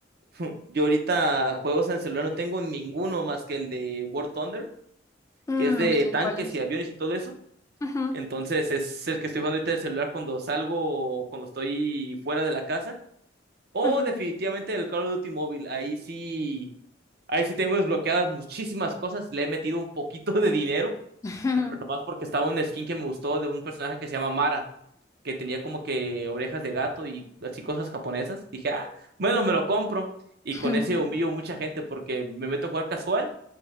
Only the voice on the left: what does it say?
Mm,
no sé
cuál es.
Ujú,
ujú,
<laughs>
ujú.